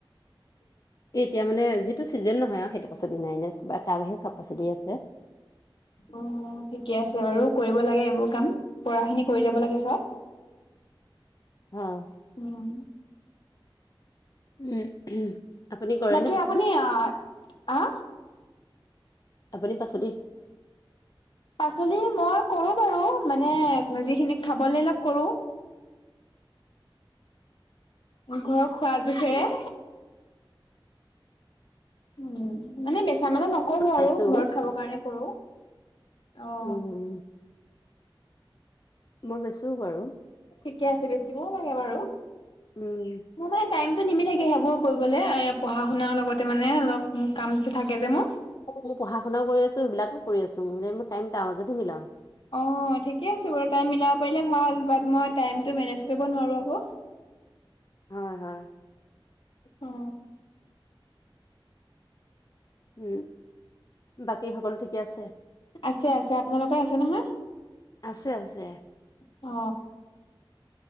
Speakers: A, on the left (about 65°); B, on the left (about 45°).
A: উ
B: এ এতিয়া মানে যিটো চিজন নহয় আৰু সেইটো পাচলি নাই ন কা তাৰ বাহিৰে চব পাচলিয়ে আছে।
A: <unintelligible> অ ঠিকে আছে বাৰু কৰিব লাগে এইবোৰ কাম পৰাখিনি কৰি যাব লাগে চব।
B: অহ।
A: উম।
B: উম আপুনি কৰে
A: বাকী
B: ন বচুদি।
A: আপুনি অ', আহ
B: আপুনি পাছত।
A: পাছলি মই কৰো বাৰু মানে যিখিনি খাবলৈ অলপ কৰো। ঘৰৰ খোৱা জোখেৰে। উম মানে বেছি ঠামেলা নকৰো আৰু
B: বেচো
A: ঘৰত খাব কাৰণে কৰো অ।
B: উম মই বেছো বাৰু।
A: ঠিকে আছে বেছিবও লাগে বাৰু।
B: উম
A: মোৰ মানে টাইমটো নিমিলেগে সেইবোৰ কৰিবলৈ এ পঢ়া শুনাৰ লগতে মানে অলপ কাম যে থাকে যে মোৰ।
B: অ মই পঢ়াশুনাও কৰি আছো সেইবিলাকো কৰি আছো মানে মোৰ টাইম টা মাজতে মিলাও।
A: অ ঠিকে আছে বাৰু টাইম মিলাব পাৰিলে ভাল মই টাইম টো মেনেজ কৰিব নোৱাৰো আকৌ। <unintelligible>
B: হয় হয়।
A: অ
B: উম বাকী সকলো ঠিকে আছে
A: আছে আছে আপোনালোকৰ আছে নহয়।
B: আছে আছে।
A: অ